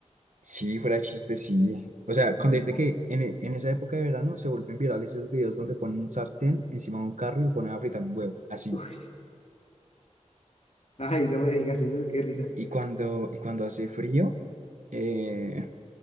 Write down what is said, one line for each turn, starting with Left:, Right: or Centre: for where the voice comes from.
Right: Sí, fuera de chiste, sí. O
Left: <laughs>
Right: sea, con decirte que en, e- en esa época de verano se vuelven virales esos videos donde ponen un sartén encima de un carro y lo ponen a fritar un huevo, así.
Left: Uy, Ay, no me digas eso, qué risa.
Right: Y cuando, y cuando hace frío, eh,